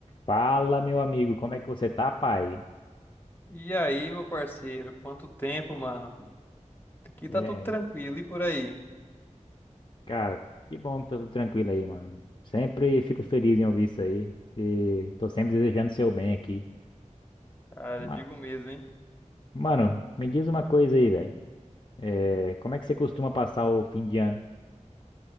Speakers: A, on the left (about 40°); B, on the left (about 15°).
A: Fala, meu amigo, como é que você tá, pai?
B: E aí, meu parceiro, quanto tempo, mano? Aqui tá
A: É,
B: tudo tranquilo e por aí?
A: cara, que bom que tá tudo tranquilo aí, mano. Sempre fico feliz em ouvir isso aí e tô sempre desejando seu bem aqui.
B: Cara,
A: Ma-
B: digo mesmo, hein?
A: Mano, me diz uma coisa aí, velho. É, como é que você costuma passar o fim de ano?